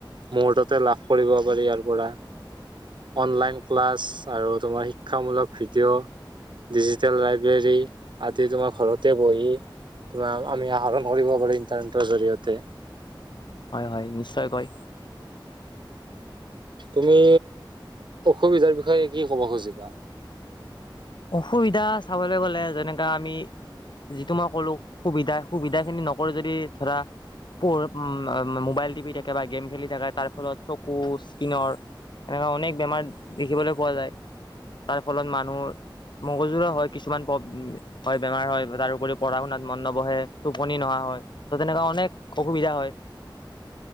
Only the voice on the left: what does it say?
হয় হয় নিশ্চয়কৈ।
অসুবিধা চাবলৈ গ'লে যেনেকা আমি যিটো মই কলো সুবিধা - সুবিধা খিনি নকৰি যদি ধৰা <unintelligible> উম অ মোবাইল টিপি থাকে বা গেম খেলি থাকে তাৰ ফলত চকু স্কিনৰ এনেকা অনেক বেমাৰ দেখিবলৈ পোৱা যায়। তাৰ ফলত মানুৰ মগজুৰা হয় কিছুমান ব হয় বেমাৰ হয় তাৰপৰি পঢ়া শুনাত মন নবহে টোপনি নহা হয় ত' তেনেকা অনেক অসুবিধা হয়।